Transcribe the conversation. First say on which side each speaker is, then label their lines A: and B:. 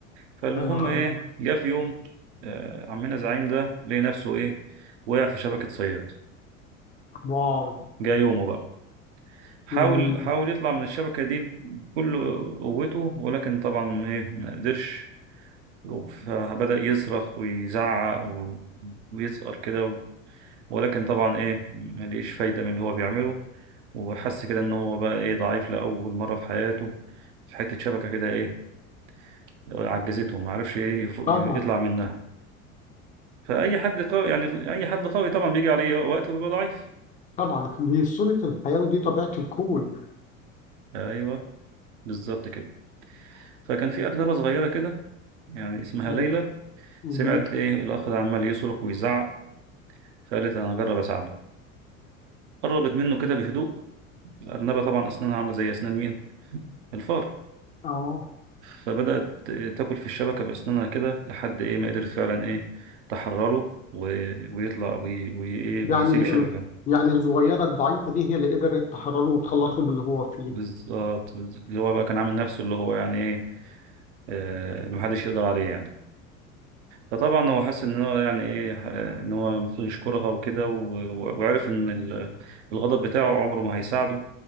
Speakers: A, on the right; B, on the left.
A: فالمهم
B: حلو قوي
A: ايه جه في يوم آه، عمنا زعيم ده لقي نفسه ايه وقع في شبكة صياد
B: واو
A: جه يومه بقى حاول
B: مهم.
A: حاول يطلع من الشبكة دي بكل قوته ولكن طبعا ايه ما قدرش فبدأ يصرخ ويزعق و- ويزقر كده و- ولكن طبعا ايه ما لقيش فايدة من اللي هو بيعمله وحس كده ان هو بقى ايه ضعيف لأول مرة في حياته في حتة شبكة كده ايه عجزته ما عرفش ايه يفوق-
B: طبعا
A: يطلع منها فأي حد قوي يعني أي حد قوي طبعا بيجي عليه وقت وبيبقى ضعيف
B: طبعا دي سنة الحياة ودي طبيعة الكون
A: أيوه بالظبط كده فكان في أرنبة صغيرة كده يعني اسمها
B: مهم.
A: ليلى
B: مهم.
A: سمعت إيه الأخ ده عمال يصرخ ويزعق فقالت أنا هجرب أساعده قربت منه كده بهدوء الأرنبة طبعا أسنانها عاملة زي أسنان مين؟ الفار
B: اه
A: فبدأت تاكل في الشبكة بأسنانها كده لحد إيه ما قدرت فعلا إيه تحرره و... ويطلع وي... وي... إيه
B: يعني
A: ويسيب الشبكة
B: ال... يعني الصغيرة الضعيفة دي هي اللي قدرت تحرره وتخلصه من اللي هو فيه
A: بالظبط بالظبط. اللي هو بقى كان عامل نفسه اللي هو يعني إيه آه... اللي محدش يقدر عليه يعني فطبعا هو حس ان هو يعني ايه آه، ان هو المفروض يشكرها وكده و- و- وعرف ان ال- الغضب بتاعه عمره ما هيساعده